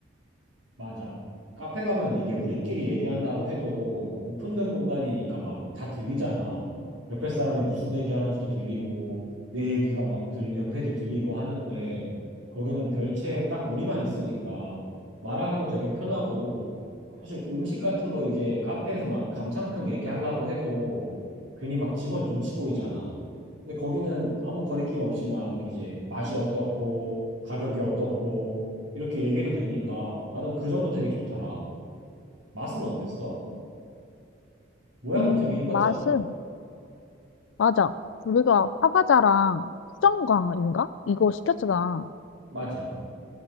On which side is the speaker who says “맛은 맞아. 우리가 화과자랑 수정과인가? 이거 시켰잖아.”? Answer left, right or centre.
Left